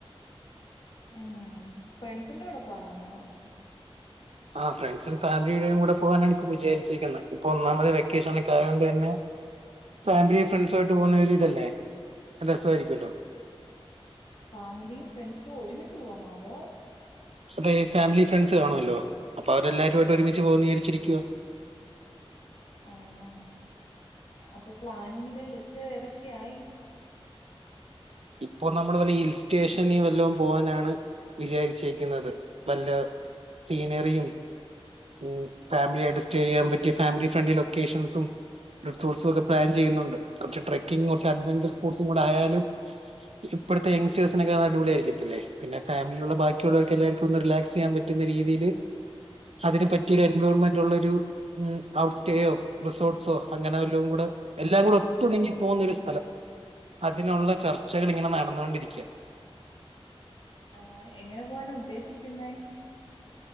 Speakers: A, on the left (about 60°); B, on the right (about 80°).
A: ഉം ഫ്രണ്ട്സിന്റെ കൂടെ പോവാനാന്നൊ?
B: ആ ഫ്രണ്ട്സ് ഫാമിലിയുടെയും കൂടെ പോകാനാണ് ഇപ്പോ വിചാരിച്ചിരിക്കുന്നത് ഇപ്പൊ ഒന്നാമത് വെക്കേഷനൊക്കെ ആയോണ്ടെന്നെ..... ഫാമിലി ഫ്രണ്ട്സു ആയിട്ട് പോവുന്നതൊരി തല്ലേ രസായിരിക്കൊല്ലോ.
A: ഫാമിലിയും ഫ്രണ്ട്സും ഒരുമിച്ച് പോവുന്നോ അതോ....
B: അതെ ഫാമിലി ഫ്രണ്ട്സ് കാണുമല്ലോ അപ്പൊ അവരെല്ലാരുമായിട്ട് ഒരുമിച്ച് പോവാന്ന് വിചാരിച്ചിരിക്കുവാ. <inaudible>
A: ആഹ അപ്പൊ പ്ലാനിങ്ങില് ലിസ്റ്റ് ഏതൊക്കെയായി?
B: ഇപ്പൊ നമ്മള് വല്ല ഹിൽ സ്റ്റേഷനി വല്ലോം പോവാനാണ്..... വിചാരിച്ചിക്കുന്നത് വല്ല സീനറിയും, ഉ ഫാമിലി ആയിട്ട് സ്റ്റേ ചെയ്യാൻ പറ്റിയ ഫാമിലി ഫ്രണ്ട്ലി ലൊക്കേഷൻസും, റിസോർസോക്കെ പ്ലാൻ ചെയ്യുന്നുണ്ട് കുറച്ച് ട്രക്കിങ് കുറച്ച് അഡ്വെഞ്ചർ സ്പോർട്സും കൂടെ ആയാലും..... ഇപ്പോഴത്തെ എങ്സ്റ്റേഴ്സിനൊക്കെ അടിപൊളിയായിരിക്കത്തില്ലേ പിന്നെ ഫാമിലിലുള്ള ബാക്കിയുള്ളവർക്കെല്ലാർക്കും റിലാക്സ് ചെയ്യാൻ പറ്റുന്നരിക്ക..... രീതിൽ.. അതിന് പറ്റിയൊരു എൻവിയോൺമെന്റുള്ളൊരു ഔട്ട് സ്റ്റേയോ റിസോർട്സോ അങ്ങനെല്ലാം കൂടെ.... എല്ലാം കൂടെ ഒത്തുണങ്ങി പോവുന്ന ഒരു സ്ഥലം അതിനുള്ള..... ചർച്ചകൾ ഇങ്ങനെ നടന്നുകൊണ്ടിരിക്യാ.
A: ആ എങ്ങനെ പോവാന ഉദ്ദേശിക്കുന്നേ